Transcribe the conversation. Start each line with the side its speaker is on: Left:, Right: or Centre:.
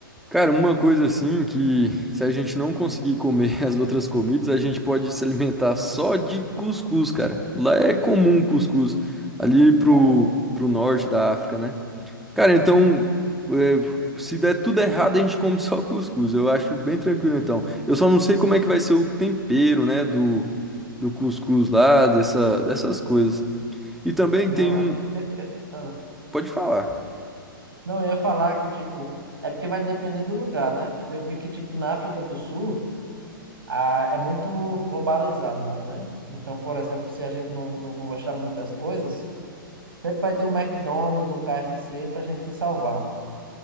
Centre: Cara, uma coisa assim que se a gente não conseguir comer <laughs> as outras comidas, a gente pode se alimentar só de cuscuz, cara. Lá é comum cuscuz, ali pro,
Right: Sério?
Centre: pro norte da África, né? Cara, então,
Right: Uhum.
Centre: é, se der tudo errado, a gente come só cuscuz. Eu acho bem tranquilo, então. Eu só não sei como é que vai ser o tempero, né, do, do cuscuz lá, dessa, dessas coisas. E também
Right: Não
Centre: tem um...
Right: é. Eu- eu- ah.
Centre: Pode falar.
Right: Não, eu ia falar que tipo é porque vai depender do lugar, né? Eu vi que tipo na África do Sul a- é muito globalizado lá, né? Então, por exemplo, se a gente não, não gostar muito das coisas, sempre vai ter um McDonald's, um KFC para a gente se salvar.